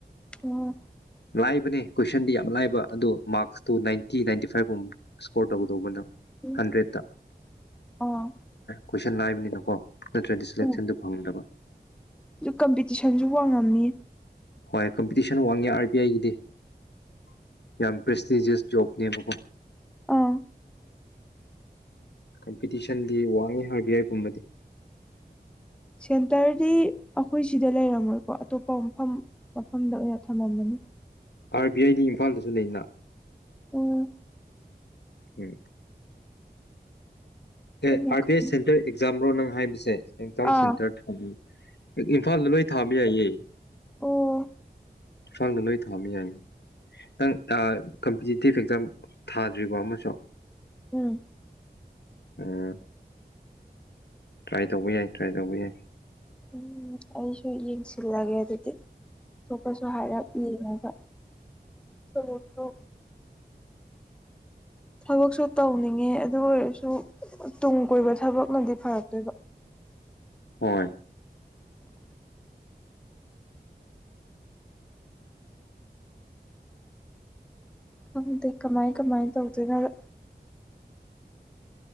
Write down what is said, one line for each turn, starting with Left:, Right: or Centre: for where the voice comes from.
Centre: <unintelligible>
Left: ꯂꯥꯏꯕꯅꯦ ꯀꯣꯏꯁꯟꯗꯤ ꯌꯥꯝ ꯂꯥꯏꯕ ꯑꯗꯨ ꯃꯥꯔꯛꯁꯇꯨ ꯅꯥꯏꯟꯇꯤ ꯅꯥꯏꯟꯇꯤ ꯐꯥꯏꯚꯨꯝꯕ ꯁꯀꯣꯔ ꯇꯒ ꯇꯧꯕ
Centre: ꯎꯝ
Left: ꯍꯟꯗ꯭ꯔꯦꯠꯇ
Centre: ꯑꯥ
Left: ꯀꯣꯏꯁꯟ ꯂꯥꯏꯕꯅꯤꯅꯀꯣ ꯅꯠꯇ꯭ꯔꯗꯤ ꯁꯂꯦꯛꯁꯟꯗꯨ
Centre: ꯎꯝ
Left: ꯐꯪꯗꯕ
Centre: ꯑꯗꯨ ꯀꯝꯄꯤꯇꯤꯁꯟꯁꯨ ꯋꯥꯡꯉꯝꯃꯤ
Left: ꯍꯣꯏ ꯀꯝꯄꯤꯇꯤꯁꯟ ꯋꯥꯡꯉꯦ ꯑꯥꯔ ꯕꯤ ꯑꯥꯏꯒꯤꯗꯤ ꯌꯥꯝ ꯄ꯭ꯔꯦꯁꯇꯤꯖꯤꯁ ꯖꯣꯕꯅꯦꯕꯀꯣ
Centre: ꯑꯥ
Left: ꯀꯝꯄꯤꯇꯤꯁꯟꯗꯤ ꯋꯥꯡꯉꯤ ꯍꯔꯕꯤ ꯌꯥꯏ ꯄꯨꯝꯕꯗꯤ
Centre: ꯁꯦꯟꯇꯔꯗꯤ ꯑꯩꯈꯣꯏ ꯁꯤꯗ ꯂꯩꯔꯝꯃꯣꯏꯀꯣ ꯑꯇꯣꯞꯄ ꯃꯐꯝ ꯃꯐꯝꯗ ꯑꯣꯏꯅ ꯊꯝꯃꯃꯅꯤ
Left: ꯑꯥꯔ ꯕꯤ ꯑꯥꯏꯗꯤ ꯏꯝꯐꯥꯜꯗꯁꯨ ꯂꯩꯅ
Centre: ꯎꯝ
Left: ꯎꯝ ꯑꯦ
Centre: ꯑꯩꯅ
Left: ꯑꯥꯔ
Centre: ꯈꯜ
Left: ꯄꯤ ꯑꯦꯁ ꯁꯦꯟꯇꯔ ꯑꯦꯛꯖꯥꯝ꯭ꯔꯣ ꯅꯪ ꯍꯥꯏꯕꯁꯦ ꯑꯦꯛꯖꯥꯝ
Centre: ꯑꯥ
Left: ꯁꯦꯟꯇꯔꯗ ꯑꯗꯨ ꯏꯝꯐꯥꯜꯗ ꯂꯣꯏ ꯊꯥꯕ ꯌꯥꯏꯌꯦ
Centre: ꯑꯣ
Left: ꯐꯗꯅ ꯊꯃꯤ ꯍꯥꯏꯏ ꯐꯤꯖꯤꯇꯤ ꯐꯦꯛꯇꯔ ꯊꯥꯗ꯭ꯔꯤꯕ ꯑꯃꯁꯨ
Centre: ꯎꯝ
Left: ꯎꯝ ꯇ꯭ꯔꯥꯏ ꯇꯧꯕ ꯌꯥꯏ ꯇ꯭ꯔꯥꯏ ꯇꯧꯕ ꯌꯥꯏ
Centre: ꯎꯝ ꯑꯩꯁꯨ ꯌꯦꯡꯁꯤꯜꯂꯒꯦ ꯑꯗꯨꯗꯤ ꯇꯣꯞꯄꯁꯨ ꯍꯥꯏꯔꯞ ꯌꯦꯡꯉꯒ ꯁꯂꯣꯛꯇꯣ ꯊꯕꯛꯁꯨ ꯇꯧꯅꯤꯡꯉꯦ ꯑꯗꯨ ꯑꯣꯏꯔꯁꯨ ꯇꯨꯡ ꯀꯣꯏꯕ ꯊꯕꯛꯅꯗꯤ ꯐꯔꯛꯇꯣꯏꯕ
Left: ꯍꯣꯏ
Centre: ꯈꯪꯗꯦ ꯀꯃꯥꯏ ꯀꯃꯥꯏꯅ ꯇꯧꯗꯦꯅꯣꯗ